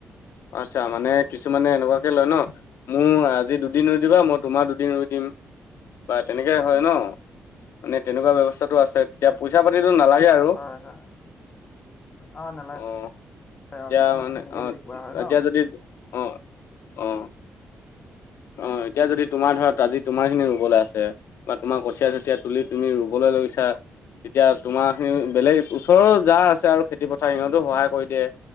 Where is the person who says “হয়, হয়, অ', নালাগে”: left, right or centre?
Left